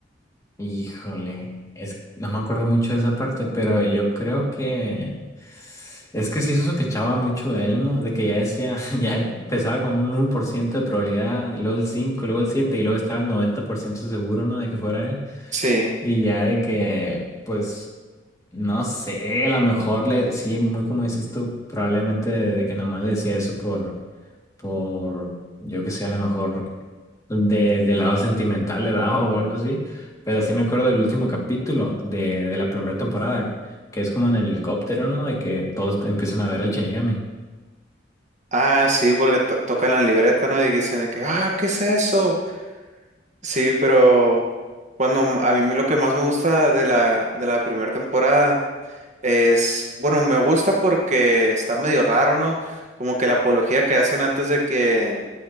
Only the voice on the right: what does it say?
sí.
Ah, sí, porque to- tocan la libreta, ¿no? Y dicen de que, ah, ¿qué es eso? Sí, pero cuando m- a mí lo que más me gusta de la, de la primera temporada Es, bueno, me gusta porque está medio raro, ¿no? Como que la apología que hacen antes de que,